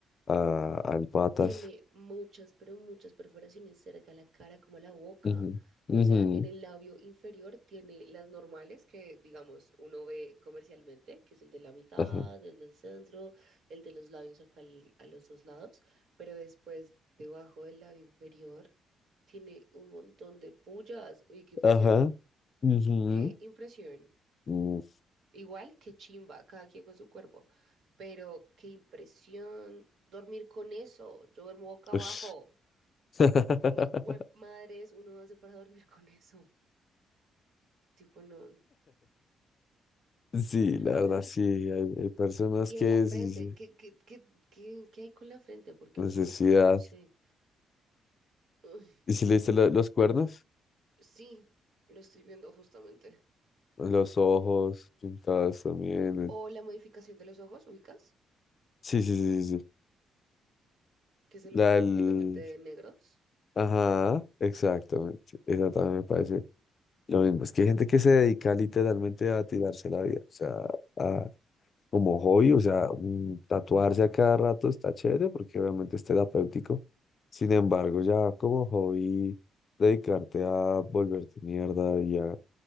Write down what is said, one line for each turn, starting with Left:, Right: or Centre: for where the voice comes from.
Left: a- al Patas.
Right: Tiene muchas, pero muchas perforaciones cerca a la cara, como a la boca.
Left: Ujú,
Right: O
Left: ujú,
Right: sea, en el labio inferior tiene las normales que, digamos, uno ve comercialmente, que es el de la mitad,
Left: Ajá.
Right: el del centro, el de los labios acá al- a los dos lados, pero después, debajo del labio inferior, tiene un montón de pullas. Uy, qué impresión.
Left: Ajá. ujú,
Right: Qué impresión.
Left: mm,
Right: Igual que chimba, cada quien con su cuerpo, pero qué impresión dormir con eso. Yo duermo boca abajo.
Left: ush. <laughs>
Right: Como hijo madres uno hace para dormir con eso. Tipo, no.
Left: Sí,
Right: A ver.
Left: la verdad, sí. Hay, hay personas
Right: Y
Left: que
Right: en la frente,
Left: sí, sí,
Right: ¿qué, qué, qué, qué, qué hay con la frente? ¿Por qué
Left: necesidad.
Right: no se lo ponen? No sé. Uy,
Left: ¿Y si le diste lo- los cuernos?
Right: sí, lo estoy viendo justamente.
Left: Los ojos pintados también.
Right: O la modificación de los ojos, ¿ubicas?
Left: Sí, sí, sí, sí. sí.
Right: Que se lo
Left: La
Right: ponen
Left: del...
Right: completamente negros.
Left: Ajá, exactamente. Esa también me parece lo mismo. Es que hay gente que se dedica literalmente a tirarse la vida. O sea, a como hobby, o sea, un- tatuarse a cada rato está chévere porque obviamente es terapéutico. Sin embargo, ya como hobby, dedicarte a volverte mierda y a